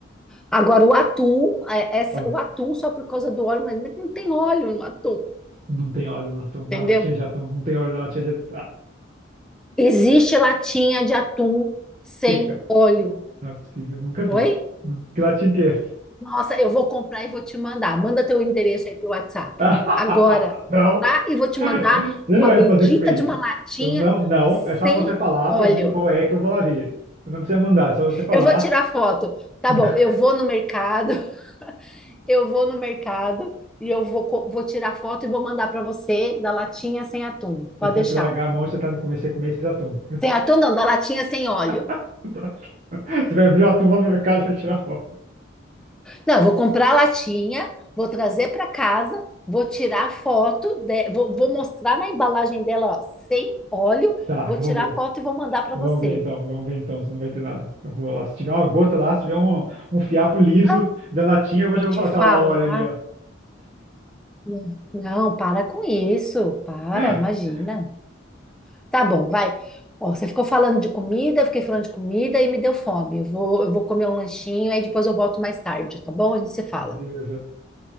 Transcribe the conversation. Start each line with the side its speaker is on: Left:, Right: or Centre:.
Centre: Agora o atum, é, essa,
Right: Ó,
Centre: o atum só por causa do óleo, mas não tem óleo no atum,
Right: não tem óleo na, tom, na
Centre: entendeu?
Right: latinha de atum. Não tem óleo na latinha de atum. Ah,
Centre: Existe latinha de atum sem
Right: seca.
Centre: óleo.
Right: Não é possível. Eu nunca vi.
Centre: Oi?
Right: Não- Que latinha que é essa?
Centre: Nossa, eu vou comprar e vou te mandar. Manda teu endereço aí pro WhatsApp.
Right: <laughs>
Centre: Agora, vou
Right: Não.
Centre: comprar e vou te
Right: <laughs>
Centre: mandar
Right: Você
Centre: uma
Right: não vai
Centre: bendita
Right: me fazer comer
Centre: de
Right: isso.
Centre: uma latinha
Right: Então, não, não, é só
Centre: sem
Right: você falar
Centre: óleo.
Right: pra mim qual é que eu vou lá ver. não precisa mandar, é só você falar.
Centre: Eu vou tirar foto. Tá
Right: <laughs>
Centre: bom, eu vou no mercado, <laughs> eu vou no mercado e eu vou, co- vou tirar foto e vou mandar para você da latinha sem atum. Pode
Right: Vocês têm
Centre: deixar.
Right: que largar a mão se você tá no começo, você comer esses atum.
Centre: Sem atum não, da latinha sem óleo.
Right: <laughs> Você vai abrir o atum lá no mercado pra tirar foto.
Centre: Não, eu vou comprar a latinha, vou trazer para casa, vou tirar foto, de- vou, vou mostrar na embalagem dela, ó, sem óleo,
Right: Tá,
Centre: vou
Right: eu
Centre: tirar
Right: vou ver.
Centre: foto e vou mandar para
Right: Vamos
Centre: você.
Right: ver então, vamos ver então, se não vai ter nada. Eu vou lá. Se tiver uma gota lá, se tiver um, um fiapo liso
Centre: Ah,
Right: da latinha, eu vou
Centre: vou
Right: já vou
Centre: te
Right: falar
Centre: falar.
Right: assim, olha lá, olha ali, ó.
Centre: Não, não, para com isso, para,
Right: <laughs>
Centre: imagina. Tá bom, vai. Ó, você ficou falando de comida, eu fiquei falando de comida e me deu fome. Eu vou, eu vou comer um lanchinho, aí depois eu volto mais tarde, tá bom? A gente se fala.
Right: Beleza.